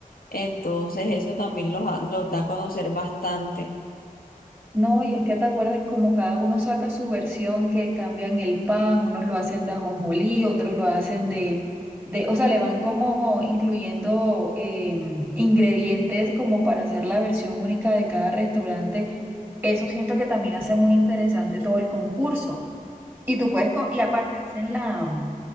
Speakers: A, on the left; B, on the right.
A: Entonces
B: sí.
A: eso también los, ha- los da a conocer bastante.
B: No, y es que te acuerdas como cada uno saca su versión, que cambian el pan, unos lo hacen de ajonjolí, otros lo hacen de, de, o sea, le van como incluyendo em, ingredientes como para hacer la versión única de cada restaurante. Eso siento que también hace muy interesante todo el concurso. Y tú puedes, co- y aparte hacen la,